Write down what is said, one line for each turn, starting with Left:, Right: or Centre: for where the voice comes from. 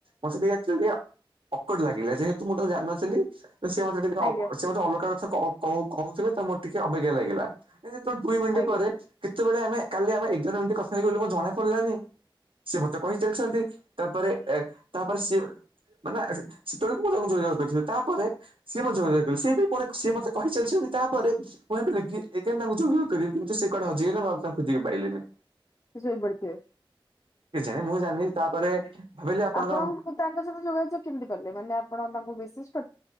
Right: ମୋତେ ଟିକେ ଏକ୍ଚୁଲି ଟିକେ ଅକଡ୍ ଲାଗିଲା। ଯେହେତୁ ମୁଁ ତାକୁ ଜାଣିନଥିଲି। ତ ସିଏ ମୋତେ ଟିକେ
Left: ଆଜ୍ଞା
Right: ଅ, ସିଏ ମୋତେ ଅଲଗା କଥା କ-କହୁ କହୁଥିଲେ ତ ମୋର ଟିକେ ଅବାଗିଆ ଲାଗିଲା। ଏ ଯେତେବେଳେ ଦୁଇ ମିନିଟ୍
Left: ଆଜ୍ଞା
Right: ପରେ କେତେବେଳେ ଆମେ କାଲି ଆମେ ଏଗାର ମିନିଟ୍ କଥା ହେଇଗଲୁ ମୋ ଜଣାପଡିଲାନି। ସିଏ ମୋତେ କହି ଚାଲିଛନ୍ତି। ତାପରେ ଏ ତାପରେ ସିଏ ମାନେ ଏ ସେ ସେତେବେଳକୁ ମୁଁ ତାଙ୍କୁ ଯୋଗଯୋଗ କରିଥିବି। ତାପରେ ସିଏ ମୋ ଯୋଗଯୋଗ କଲେ। ସିଏ ବି ପୁଣି ସିଏ ମୋତେ କହି ଚାଲିଚ ତାପରେ ମୁଁ ଭାବିଲି କି ଏଗେନ୍ ତାଙ୍କୁ ଯୋଗାଯୋଗ କରିବି କିନ୍ତୁ ସିଏ କୁଆଡେ ହଜିଗଲେ ବା ତାଙ୍କୁ ଖୋଜିକି ପାଇଲିନି।
Left: ଶୋଇପଡିଥିବେ।
Right: କେଜାଣି ମୁଁ ଜାଣିନି ତାପରେ ଭାବିଲି ଆପଣଙ୍କ
Left: ଆପଣଙ୍କୁ ତାଙ୍କ ସହିତ ଯୋଗାଯୋଗ କେମିତି କଲେ ମାନେ ଆପଣ ତାଙ୍କୁ ମିଶିଜ୍